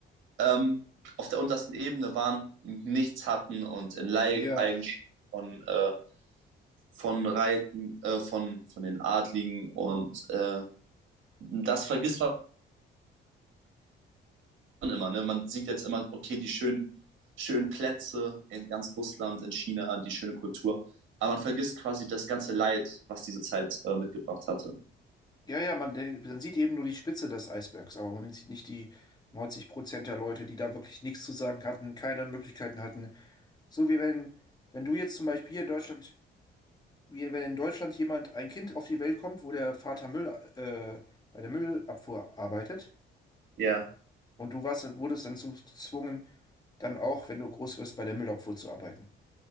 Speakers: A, on the right; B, on the left.
A: ähm, auf der untersten Ebene waren, nichts hatten und in Leibeigenschaften
B: ja,
A: von, äh, von Reiten, äh, von, von den Adligen und äh, das vergisst man immer. Ne? Man sieht jetzt immer, okay, die schönen, schönen Plätze in ganz Russland, in China, die schöne Kultur. Aber man vergisst quasi das ganze Leid, was diese Zeit äh, mitgebracht hatte.
B: ja, ja, man, de- man sieht eben nur die Spitze des Eisbergs, aber man sieht nicht die 90 Prozent der Leute, die da wirklich nichts zu sagen hatten, keine Möglichkeiten hatten. So wie wenn, wenn du jetzt zum Beispiel hier in Deutschland. wie wenn in Deutschland jemand, ein Kind auf die Welt kommt, wo der Vater Müll, äh, bei der Müllabfuhr arbeitet
A: Ja,
B: und du warst, wurdest dann so gezwungen, dann auch, wenn du groß wirst, bei der Müllabfuhr zu arbeiten.